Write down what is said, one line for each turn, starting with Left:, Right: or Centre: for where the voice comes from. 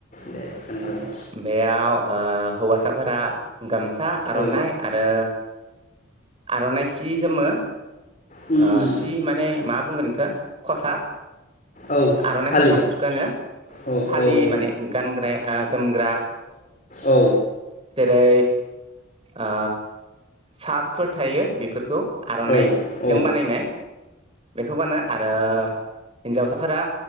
Left: दे खोन्थालाय
Right: बेयाव हौवासाफोरा गाम सा आर'नाय
Left: औ
Right: आरो आर'नाय जि जोमो
Left: उम
Right: ओ
Left: उम
Right: सि माने मा बुंगोन बेखौ खसाब
Left: औ
Right: आर'नाइ
Left: फालि
Right: खसाब गानो
Left: औ
Right: फालि
Left: औ
Right: माने गानग्राया जोमग्रा
Left: औ
Right: जेरै ओ सार्कफोर थायो बेफोरखौ आर'नाइजों
Left: औ औ
Right: बानायनाय बेखौ गानो आरो हिन्जावसाफोरा